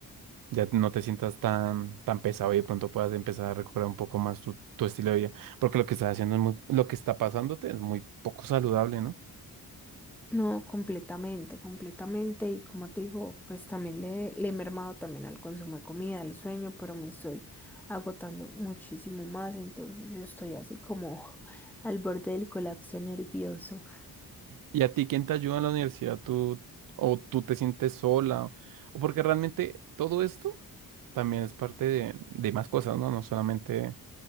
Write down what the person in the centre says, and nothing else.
No, completamente, completamente. Y como te digo, pues también le, le he mermado también al consumo de comida, al sueño, pero me estoy agotando muchísimo más. Entonces estoy así como <laughs> al borde del colapso nervioso.